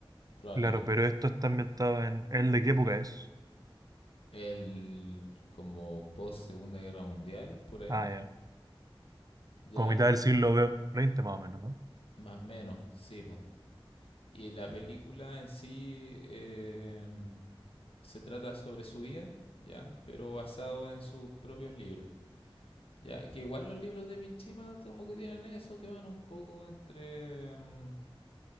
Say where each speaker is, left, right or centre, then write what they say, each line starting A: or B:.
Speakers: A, on the left; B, on the right.
A: probablemente.
B: Claro, pero esto está ambientado en... ¿El de qué época es?
A: El como post Segunda Guerra Mundial, por ahí,
B: Ah, ya.
A: ya
B: Como mitad del siglo ve- XX más o menos, ¿no?
A: Más o menos, sí, po. Y la película en sí eh, se trata sobre su vida, ¿ya? Pero basado en sus propios libros, ¿ya? Que igual los libros de Mishima como que tienen eso, que van un poco entre, mm,